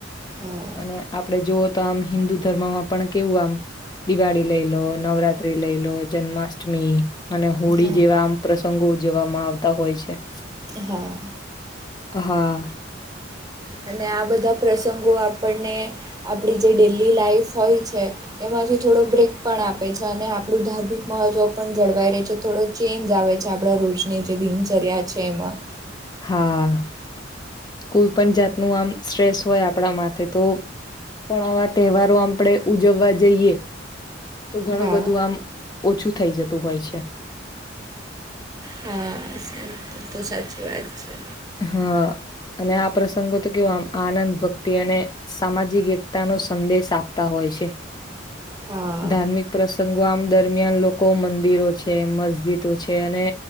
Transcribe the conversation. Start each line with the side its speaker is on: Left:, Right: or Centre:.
Right: હા
Left: અને આપડે જોુવઓ તો આમ હિન્દુ ધર્મમાં પણ કેવું આમ દિવાળી લઈ લો નવરાત્રી લઈ લો જન્માષ્ટમી અને હોળી
Right: હા
Left: જેવા આમ પ્રસંગો જોવામાં આવતા હોય છે
Right: હા
Left: હા
Right: અને આ બધા પ્રસંગો આપ આપણને આપણી જે ડેલી લાાઈફ હોય છે એમાંથી થોડો બ્રેક પણ આપે છે અને આપ આપણું ધાર્મિક મહત્વ પણ જળવાઈ રહેહી છે થોડો ચેન્જ આવે છે આપણા રોજને જે દિન જર્યા છે એમાં
Left: હા કોઈ પણ જાતનું આમ સ્ટ્રેસ હોય આપણા માટેથે તો પણ આવા તહેવારો આપણેે ઉજવવા જઈએ તો ઘણું
Right: હા
Left: બધું આમ ઓછું થઇ જતું હોય છે
Right: હ તો તો સાચી વાત છે
Left: હા અને આ પ્રસંગો તો કેવમ આનંદ ભક્તિ અને સામાજિક એકતા નો સંદેશ આપતા હોય છે હ
Right: હા.
Left: ધાર્મિક પ્રસંગો આમ દરમિયાન લોકો મંદિરો છે મસ્જિદો છે અને